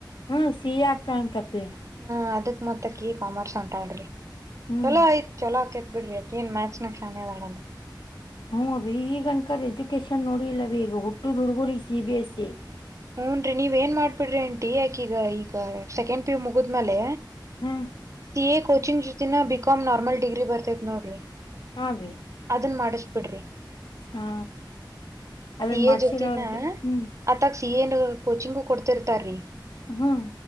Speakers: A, on the left; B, on the right.
A: ಹ್ಮ್ ಸಿ ಎ ಆಗ್ತಾಳಂತ್ ಅಪ್ಪಿ
B: ಹ ಅದಕ್ ಮತ್ತಕಿ ಕಾಮರ್ಸ್ ಅಂತಾಳ್ರಿ
A: ಹ್ಮ್
B: ಚಲೋ ಆಯ್ತ್ ಚಲೋ ಆಕೇತ್ ಬಿಡ್ರಿ ಅಕಿ ಏನ್ ಮ್ಯಾತ್ಸ್ ನಾಗ್ ಶ್ಯಾಣೆ ಅದಾಳಲ್ಲ
A: ಹೂ ಅವ್ವಿ ಈಗನ್ಕದ್ ಎಜುಕೇಶನ್ ನೋಡಿಯಲ್ಲವ್ವಿ ಈಗ ಹುಟ್ಟದ್ ಹುಡ್ಗುರಿಗ್ ಸಿ ಬಿ ಎಸ್ ಸಿ
B: ಹೂನ್ರೀ ನೀವೇನ್ ಮಾಡ್ಬಿಡ್ರಿ ಅಂಟಿ ಆಕೀಗ ಈಗ ಸೆಕೆಂಡ್ ಪಿ ಯು ಮುಗಿದ್ಮೇಲೆ
A: ಹಾ
B: ಸಿ ಎ ಕೋಚಿಂಗ್ ಜೊತಿನ ಬಿಕಾಂ ನಾರ್ಮಲ್ ಡಿಗ್ರಿ ಬರ್ತೇತ್ ನೋಡ್ರಿ
A: ಹಾ ಅವಿ
B: ಅದನ್ ಮಾಡಿಸ್ಬಿಡ್ರಿ
A: ಹಾ ಅದನ್ನ
B: ಸಿ
A: ಮಾಡ್ಸಿರ
B: ಎ ಜ್ಯೊತಿನ
A: ಅವ್ರಿಗೆ ಹ್ಮ್
B: ಆತಾಗ್ ಸಿ ಎ ನು ಕೋಚಿಂಗ್ ಕೊಡ್ತಿರ್ತಾರೀ
A: ಹ್ಹ